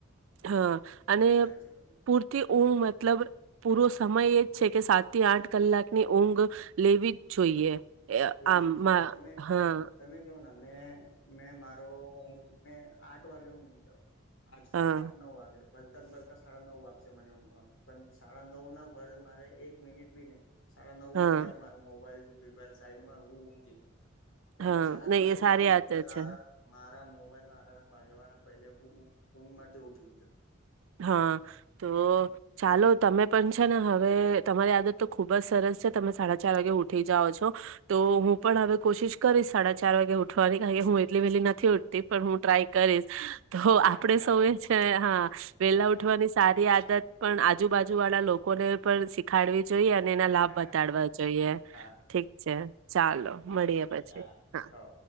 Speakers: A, on the right; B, on the left.
A: હા અને
B: એવું થાય છે બધું
A: પૂરથી ઊંઘ મતલબ પૂરો સમય એ જ છે કે સાત થી આઠ કલાકની ઊંઘ લેવી જોઈએ એ
B: એવી
A: આમાં
B: જ જોય તમે
A: હા
B: તમે કેવો ને મે મારો હું મે આઠ વાગે હું હુઈ જાઉં. આઠ સાડા
A: હા
B: આઠ નવ વાગે ભલતા જ ભલતા સાડા નવ વાગશે તે મને ઊંઘવામાં પણ સાડા નવ ના વાગે મારે એક મિનિટ ભી નહીં. સાડા નવ
A: હા
B: વાગ્યા મારો મોબાઈલ ભીભાઈલ સાઈડમાં હું ઊંઘી જઉં. પણ
A: હા
B: ચાર
A: નહી
B: વાગે
A: એ સારી
B: મારા મોબાઈલ
A: આદત
B: ના
A: છે.
B: આલારામ માં મારા મોબાઈલના આલાર્મ વાગવાના પહેલે હું ઊંઘ ઊંઘમાંથી ઉઠી જ જઉં.
A: હા તો ચાલો તમે પણ છે ને હવે તમારી આદત તો ખુબ જ સરસ છે. તમે સાડા ચાર વાગે ઉઠી જાઓ છો તો હું પણ હવે કોશિશ કરીશ સાડા ચાર વાગે ઉઠવાની કારણ કે હું એટલી વહેલી નથ નથી ઉઠતી પણ હું ટ્રાય કરીશ તો
B: ચાલો
A: આપણે
B: ચાલો
A: સૌએ છે ને હા વેલા
B: હા
A: ઊઠવાની સા સારી આદત પણ આજુબાજુ વાળા લોકોને પણ શીખાડવી જ જોઈએ અને એના લાભ
B: હા
A: બતાડવા જોઈએ.
B: હા
A: ઠીક છે ચાલો મળીએ
B: ઠીક છે
A: પછી
B: ચાલ
A: હા
B: હવ